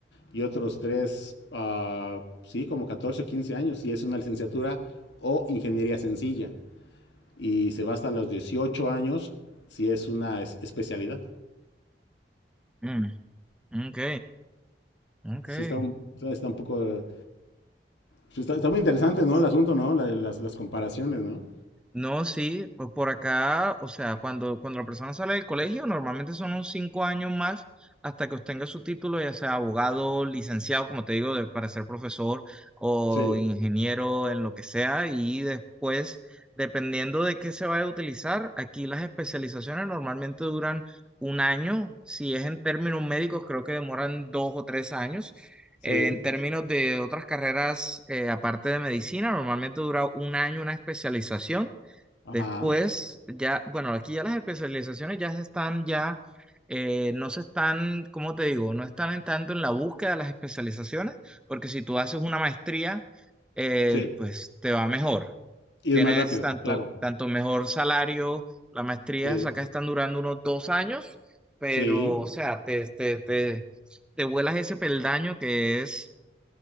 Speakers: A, on the left; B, in the centre.
A: y otros 3, sí, como 14 o 15 años. Y es una licenciatura o ingeniería sencilla. Y se va hasta los 18 años si es una es- especialidad.
B: Mm, ok, ok.
A: Sí, está un, está un poco, sí, está, está muy interesante, ¿no? El asunto, ¿no? La- las, las comparaciones, ¿no?
B: No, sí, pues por acá, o sea, cuando, cuando la persona sale del colegio, normalmente son unos cinco años más hasta que obtenga su título, ya sea abogado, licenciado, como te digo, de- para ser profesor o
A: Sí,
B: ingeniero en lo que sea, y después, dependiendo de qué se vaya a utilizar, aquí las especializaciones normalmente duran un año, si es en términos médicos, creo que demoran dos o tres años.
A: sí,
B: Eh, En términos de otras carreras, eh, aparte de medicina, normalmente dura un año una especialización
A: ajá,
B: Después, ya, bueno, aquí ya las especializaciones ya se están, ya, eh, no se están, ¿cómo te digo? No están en tanto en la búsqueda de las especializaciones, porque si tú haces una maestría, eh,
A: sí.
B: pues te va mejor.
A: Y
B: Tienes
A: es más rápido,
B: tanto,
A: claro.
B: tanto mejor salario, la maestría
A: Sí,
B: acá están durando unos dos años, pero,
A: sí.
B: o sea, te, te, te, te vuelas ese peldaño que es,